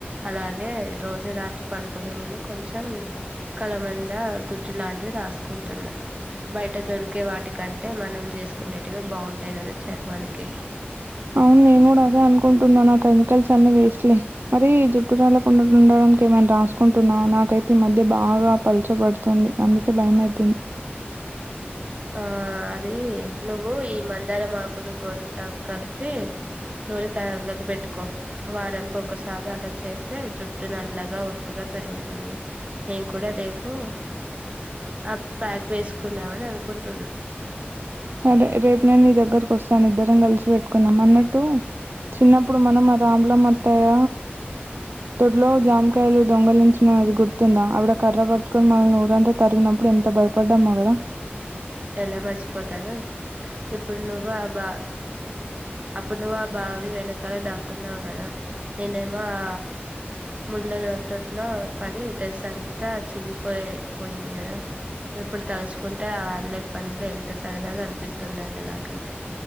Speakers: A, on the right (about 30°); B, on the right (about 55°).
A: అలాగే రోజు రాత్రి పడుకునే ముందు కొంచెం కల మంద గుజ్జు లాంటిది రాసుకుంటున్న బైట దొరికే వాటికంటే మనం చేస్ చేసుకుండేటివే బాగుంటాయి కదా చర్మానికి
B: అవును నేను కూడ అదే అనుకుంటున్నాను ఆ కెమికల్స్ కొన్ని వేస్ట్లే మరి జుట్టు రాళ్కుండ ఉండడానికి ఏమైనా రాసుకుంటున్నావ నాకైతే ఈ మధ్య బాగా బ పల్చబడుతుంది అందుకే భయం అయితుంది
A: ఆ అది నువ్వు ఈ మందారాం ఆకులు గోరింటాక్ కలిపి నూరి తల అంతకు పెట్టు కో వారానికి ఒకసారి అలా చేస్తే జుట్టు నల్లగా ఒత్తుగా పెరుగుతుంది నేను కూడా రేపు అ ప్యాక్ వేసుకుందామని అనుకుంటున్నా
B: సరే రేపు నేను నీ దగ్గరకు వస్తాను ఇద్దరం కలిసి పెట్టుకుందం అన్నట్టు చిన్నప్పుడు మనం ఆ రాములమ అత్తయ్య దొడ్లో జామకాయలు దొంగలించిన అది గుర్తుందా అవిడ కర్ర పట్టుకొని మనల్ని ఊరంతా తరిమీనప్పుడు ఎంత భయపడ్డామో కదా
A: ఎలా మర్చిపోతాను ఇప్పుడు నువ్వు ఆ బా అప్పుడు నువ్వు ఆ బావి వెనకాల దాక్కున్నావు కదా నేనేమో ఆ ముళ్ళ తొట్లో పడి డ్రెస్ అంతా చినిగిపోయి పోయ పోయింది కదా ఇప్పుడు తలుచుకుంటే ఆ అల్లరి పన్లు ఎంత సరదాగా అనిపిస్తున్నాయి నాకైతే